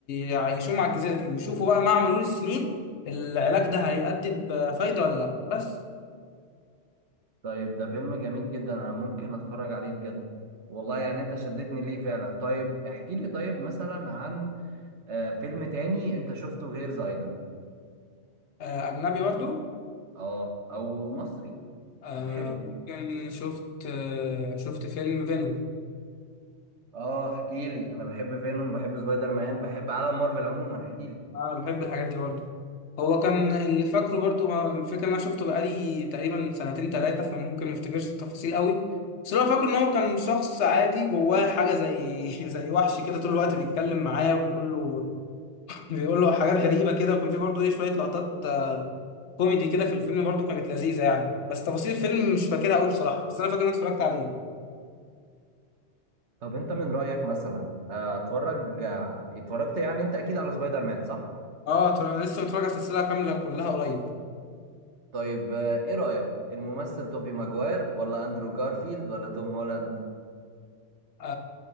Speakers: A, on the left (about 75°); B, on the right (about 75°).
A: يعيشوهم على الجزيره دي ويشوفوا بقى مع مرور السنين العلاج ده هيأدي بفايده ولا لا بس
B: طيب ده فيلم جميل جدا انا ممكن اتفرج عليه بجد والله يعني انت شدتني ليه فعلا طيب احكي لي طيب مثلا عن آه، فيلم تاني انت شفته غير ذا ايلاند
A: آه، اجنبي برضو
B: اه او مصري
A: آه،
B: بتحبه
A: ممكن شفت آه، شفت فيلم فينوم
B: اه احكي لي انا بحب فينوم بحب سبايدر مان بحب عالم مارفل عموما احكي لي
A: انا بحب الحاجات دي برضو هو كان اللي فاكره برضو هو الفكره ان انا شفته بقالي تقريبا سنتين ثلاثه فممكن ما افتكرش التفاصيل قوي بس اللي هو فاكره ان هو كان شخص عادي جواه حاجه زي <laughs> زي وحش كده طول الوقت بيتكلم معاه وبيقول له بيقول له حاجات غريبه كده وكان في برضو ايه شويه لقطات آه، كوميدي كده في الفيلم برضو كانت لذيذه يعني بس تفاصيل الفيلم مش فاكرها قوي بصراحه بس انا فاكر ان انا اتفرجت عليه
B: طب انت من رأيك مثلا آه، اتفرج آه، اتفرجت يعني انت اكيد على سبايدر مان صح
A: اه طبعا انا لسه متفرج على السلسله كامله كلها قريب
B: طيب آه، ايه رأيك الممثل توبي ماجواير ولا اندرو جارفيلد ولا توم هولاند
A: أم-